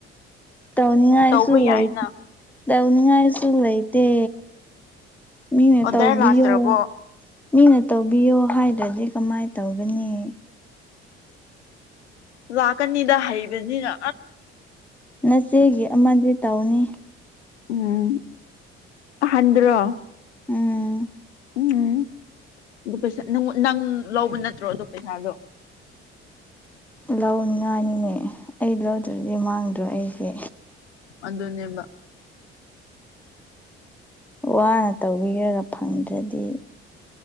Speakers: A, in the centre; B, on the left.
A: ꯇꯧꯅꯤꯉꯥꯏꯁꯨ
B: ꯇꯧꯕ ꯌꯥꯏꯅ
A: ꯂꯩ ꯇꯧꯅꯤꯉꯥꯏꯁꯨ ꯂꯩꯩꯇꯦ ꯃꯤꯅ
B: ꯑꯣꯗꯔ
A: ꯇꯧꯕꯤꯌꯨ
B: ꯂꯥꯛꯇ꯭ꯔꯕꯣ
A: ꯃꯤꯅ ꯇꯧꯕꯤꯌꯣ ꯍꯥꯏꯗ꯭ꯔꯗꯤ ꯀꯃꯥꯏꯅ ꯇꯧꯒꯅꯤ
B: ꯂꯥꯛꯀꯅꯤꯗ ꯍꯩꯕꯅꯤꯅ
A: ꯅꯆꯦꯒꯤ ꯑꯃꯗꯤ ꯇꯧꯅꯤ
B: ꯎꯝ ꯍꯟꯗ꯭ꯔꯣ
A: ꯎꯝ
B: ꯎꯝ ꯑꯗꯨ ꯄꯩꯁꯥ ꯅꯪ ꯂꯧꯕ ꯅꯠꯇ꯭ꯔꯣ ꯑꯗꯣ ꯄꯩꯁꯥꯗꯣ
A: ꯂꯧꯅꯤꯉꯥꯏꯅꯤꯅꯦ ꯑꯩ ꯂꯧꯗ꯭ꯔꯗꯤ ꯃꯥꯡꯗ꯭ꯔꯣ ꯑꯩꯁꯦ
B: ꯑꯗꯨꯅꯦꯕ
A: ꯋꯥꯅ ꯇꯧꯕꯤꯒꯒ ꯐꯪꯗ꯭ꯔꯗꯤ